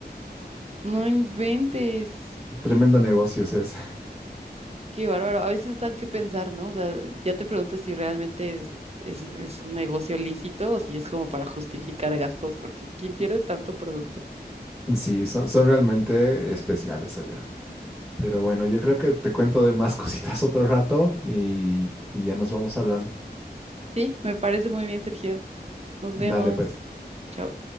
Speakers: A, on the right; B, in the centre.
A: No inventes.
B: Tremendo negocio es ese.
A: Qué bárbaro. A veces dan que pensar, ¿no? O sea, ya te preguntas si realmente es, es, es un negocio lícito o si es como para justificar gastos, porque ¿quién pierde tanto producto?
B: Sí, son, son realmente especiales allá. Pero bueno, yo creo que te cuento de más <laughs> cositas otro rato y, y ya nos vamos hablando.
A: Sí, me parece muy bien, Sergio. Nos vemos.
B: Dale, pues.
A: Chao.